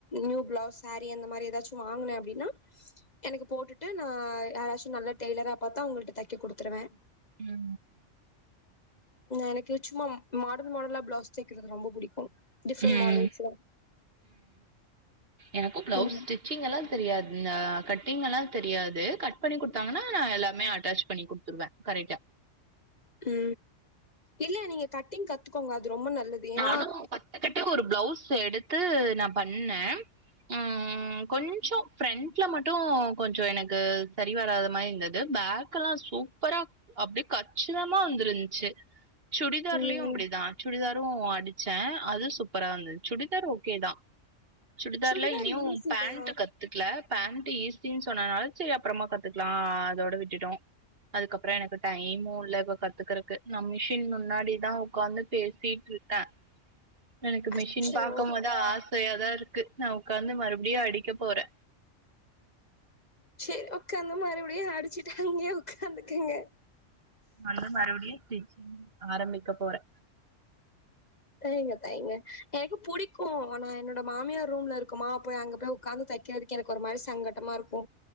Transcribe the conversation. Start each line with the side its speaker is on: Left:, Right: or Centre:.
Left: நியூ பிளவுஸ் சாரி அந்த மாரி எதாச்சோ வாங்குனே அப்டின்னா எனக்கு போட்டுட்டு நா யாராச்சு நல்ல டெய்லரா பாத்து அவங்கள்ட தெக்க குடுத்துருவே
Right: உ உ
Left: எனக்கு சும்மா மாடல் மாடலா பிளவுஸ் தெச்சு வெக்குறது ரொம்ப புடிக்கோ டிஃப்ரென்ட்
Right: ம்
Left: மாடல்ஸ்ல
Right: எனக்கோ பிளவுஸ்
Left: ம்
Right: ஸ்டிச்சிங்யெல்லா தெரியாது இந்த கட்டிங்யெல்லா தெரியாது கட் பண்ணி குடுத்தாங்கன்னா நா எல்லாமே அட்டாச் பண்ணி குடுத்துருவே கரெக்டா
Left: உ இல்ல நீங்க கட்டிங் கத்துக்கோங்க அது து ரொம்ப நல்லது ஏன்னா
Right: நானு கத்துக்கிட்டு ஒரு பிளவுஸ் எடுத்து நா பண்ணே உ கொஞ்சோ ஃப்ரண்ட்ல மட்டோ கொஞ்சோ எனக்கு சரி வராத மாரி இருந்துது பேக்கெல்லா சூப்பரா அப்டியே கச்சிதமா வந்திருந்துன்ச்சு சுடிதார்லயோ
Left: ம்
Right: அப்டிதா சுடிதார் ஒ அடிச்சே அது சூப்பரா வந்தது சுடிதார் ஓகே தா சுடிதார்ல
Left: சுடிதார்
Right: இனியு
Left: ஈஸி
Right: பேண்ட்
Left: தா
Right: கத்துக்கல பேண்ட் ஏஸ் மின் சொன்னனாலு சரி அப்புறமா கத்துக்கலா அதோட விட்டுட்டோ அதுக்கப்றோ எனக்கு டைமு இல்ல இப்ப கத்துக்கறதுக்கு நா மிஷின் முன்னாடிதா உக்காந்து பேசி இருக்கே எனக்கு
Left: அச்சோ
Right: மிஷின் பாகும்போது ஆசையாதா இருக்கு க்கு நா உக்கார்ந்து மறுபடியு அடிக்க போறே
Left: சரி உக்காந்த மறுபடியு அடிச்சுட்ட அங்கயே உக்காந்துக்கங்க
Right: நால மறுபடியு டீச் ஆரம்பிக்க போறே
Left: தைங்க தையங்க எனக்கு புடிக்கு ஆனா என்னோட மாமியார் ரூம்ல இருக்குமா போய் அங்க போய் உக்கார்ந்து தைக்கிறதுக்கு எனக்கு ஒரு மாரி சங்கடமா இருக்கு